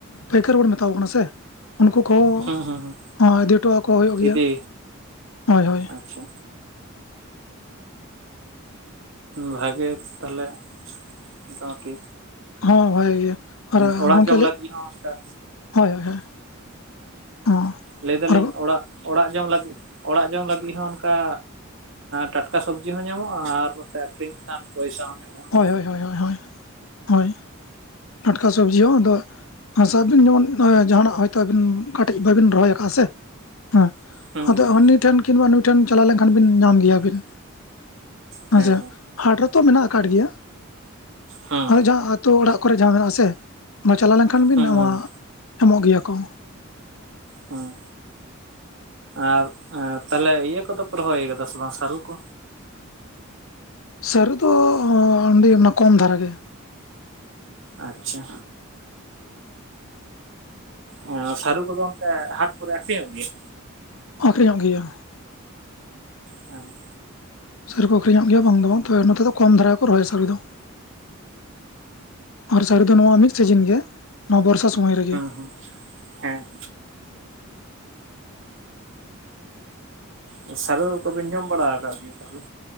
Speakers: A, on the left; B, on the right.
A: ᱯᱟᱹᱭᱠᱟᱹᱨᱤ ᱵᱚᱱ ᱢᱮᱛᱟ ᱠᱚ ᱠᱟᱱᱟ ᱥᱮ ᱩᱱᱠᱩ ᱠᱚᱦᱚᱸ
B: ᱦᱩᱸ ᱦᱩᱸ ᱦᱩᱸ
A: ᱤᱫᱤ ᱦᱚᱴᱚ ᱟᱠᱚ ᱦᱩᱭᱩᱜ ᱜᱮᱭᱟ᱾
B: ᱤᱫᱤ
A: ᱦᱳᱭ ᱦᱳᱭ
B: ᱟᱪᱪᱷᱟ ᱵᱷᱟᱜᱮ ᱛᱟᱦᱞᱮ ᱢᱚᱴᱟᱢᱩᱴᱤ
A: ᱦᱳᱭ ᱵᱷᱟᱜ ᱜᱮ ᱟᱨ
B: ᱚᱲᱟᱜ
A: ᱜᱚᱝᱠᱮ
B: ᱡᱚᱢ ᱞᱟᱹᱜᱤᱫ
A: ᱞᱟᱹᱜ
B: ᱦᱚᱸ ᱚᱱᱠᱟ
A: ᱦᱳᱭ ᱦᱳᱭ᱾ ᱦᱚᱸ
B: ᱞᱟᱹᱭ ᱫᱟᱞᱤᱧ
A: ᱟᱨ
B: ᱚᱲᱟᱜ ᱚᱲᱟᱜ ᱡᱚᱢ ᱞᱟᱹᱜᱤᱫ ᱚᱲᱟᱜ ᱡᱚᱢ ᱞᱟᱹᱜᱤᱫ ᱦᱚᱸ ᱚᱱᱠᱟ ᱴᱟᱴᱠᱟ ᱥᱚᱵᱡᱤ ᱦᱚᱸ ᱧᱟᱢᱚᱜ? ᱟᱨ ᱱᱚᱛᱮ ᱟᱠᱷᱨᱤᱧ ᱞᱮᱠᱷᱟᱱ ᱯᱚᱭᱥᱟ ᱦᱚᱸ ᱧᱟᱢᱚᱜᱼᱟ᱾ ᱦᱩᱸ
A: ᱦᱳᱭ ᱦᱳᱭ ᱦᱳᱭ ᱦᱳᱭ ᱦᱳᱭ ᱴᱟᱴᱠᱟ ᱥᱚᱵᱽᱡᱤ ᱦᱚᱸ ᱟᱫᱚ ᱦᱟᱥᱟ ᱫᱤᱱ ᱡᱮᱢᱚᱱ ᱡᱟᱦᱱᱟᱜ ᱦᱚᱭᱛᱳ ᱠᱟᱹᱴᱤᱡ ᱵᱟᱵᱤᱱ ᱨᱚᱦᱚᱭ ᱠᱟᱜᱼᱟ ᱥᱮ ᱦᱮᱸ
B: ᱦᱩᱸ
A: ᱟᱫᱚ
B: ᱦᱩᱸ
A: ᱦᱟᱱᱤ ᱴᱷᱮᱱ ᱠᱤᱱᱵᱟ ᱱᱩᱭ ᱴᱷᱮᱱ ᱪᱟᱞᱟᱣ ᱞᱮᱱᱠᱷᱟᱱ ᱵᱤᱱ ᱧᱟᱢ ᱜᱮᱭᱟᱵᱤᱱ᱾
B: ᱦᱮᱸ
A: ᱦᱮᱸᱥᱮ ᱦᱟᱴ ᱨᱮᱛᱚ ᱢᱮᱱᱟᱜ ᱠᱟᱫ ᱜᱮᱭᱟ
B: ᱦᱮᱸ
A: ᱦᱳᱭ ᱡᱟᱦᱟᱸ ᱟᱛᱳ ᱚᱲᱟᱜ ᱠᱚᱨᱮ ᱡᱟᱦᱟᱸ ᱢᱮᱱᱟᱜ ᱟᱥᱮ ᱚᱱᱟ ᱪᱟᱞᱟᱣ ᱞᱮᱱᱠᱷᱟᱱ ᱵᱤᱱ
B: ᱦᱮᱸ
A: ᱧᱟᱢᱟ
B: ᱦᱮᱸ ᱦᱮᱸ
A: ᱮᱢᱚᱜ ᱜᱮᱭᱟ ᱠᱚ᱾
B: ᱦᱮᱸ ᱟᱨ ᱮᱸ ᱛᱟᱦᱞᱮ ᱤᱭᱟᱹ ᱠᱚᱫᱚ ᱯᱮ ᱨᱚᱦᱚᱭ ᱠᱟᱫᱟ ᱥᱮ ᱵᱟᱝ ᱥᱟᱹᱨᱩ ᱠᱚ?
A: ᱥᱟᱹᱨᱩ ᱫᱚ ᱮᱸ ᱟᱹᱱᱰᱤ ᱚᱱᱟ ᱠᱚᱢ ᱫᱷᱟᱨᱟ ᱜᱮ᱾
B: ᱟᱪᱪᱷᱟ ᱮᱸ ᱥᱟᱹᱨᱩ ᱠᱚᱫᱚ ᱚᱱᱛᱮ ᱦᱟᱴ ᱠᱚᱨᱮ ᱟᱠᱷᱨᱤᱧᱚᱜ ᱜᱮᱭᱟ?
A: ᱟᱹᱠᱷᱨᱤᱧᱚᱜ ᱜᱮᱭᱟ᱾
B: ᱦᱮᱸ
A: ᱥᱟᱹᱨᱩ ᱠᱚ ᱟᱹᱠᱷᱨᱤᱧᱚᱜ ᱜᱮᱭᱟ ᱵᱟᱝ ᱫᱚ ᱵᱟᱝ ᱛᱚᱵᱮ ᱱᱚᱛᱮ ᱫᱚ ᱠᱚᱢ ᱫᱷᱟᱨᱟ ᱠᱚ ᱨᱚᱦᱚᱭᱟ ᱥᱟᱹᱨᱩ ᱫᱚ᱾ ᱟᱨ ᱥᱟᱹᱨᱩ ᱫᱚ ᱱᱚᱣᱟ ᱢᱤᱫ ᱥᱤᱡᱤᱱ ᱜᱮ ᱱᱚᱣᱟ ᱵᱚᱨᱥᱟ ᱥᱚᱢᱚᱭ ᱨᱮᱜᱮ᱾
B: ᱟᱪᱟ ᱦᱮᱸ ᱦᱮᱸ ᱟᱸ ᱥᱟᱹᱨᱩ ᱠᱚᱵᱤᱱ ᱡᱚᱢ ᱵᱟᱲᱟ ᱠᱟᱜ ᱜᱮᱭᱟ ᱛᱟᱦᱞᱮ?